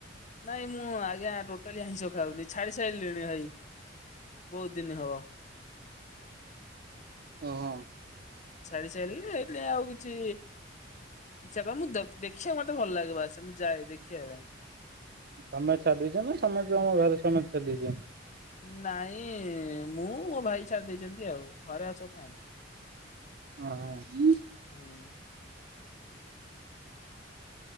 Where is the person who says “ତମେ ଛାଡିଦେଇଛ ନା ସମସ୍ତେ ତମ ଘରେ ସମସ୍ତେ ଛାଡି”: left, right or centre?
Right